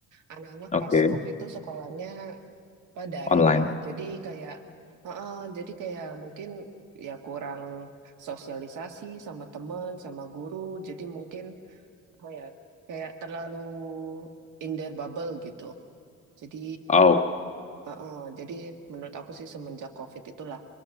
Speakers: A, on the right; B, on the left.
A: anak-anak
B: Oke,
A: pas COVID tuh sekolahnya apa, daring
B: Online.
A: ya. Jadi kayak heeh, jadi kayak mungkin ya kurang sosialisasi sama teman, sama guru. Jadi mungkin apa ya kayak terlalu in their bubble gitu jadi
B: Oh,
A: uh, uh, jadi menurut aku sih semenjak COVID itulah